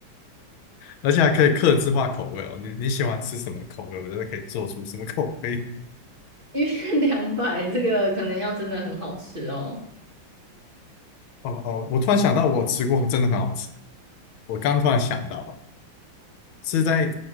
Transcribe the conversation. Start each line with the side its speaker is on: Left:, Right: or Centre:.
Left: 而且还可以客制化口味哦。你你喜欢吃什么口味，我觉得可以做出什么口味。
Right: 一片两百，这个可能要真的很好吃哦。
Left: 哦哦，我突然想到，我吃过真的很好吃。我刚突然想到，是在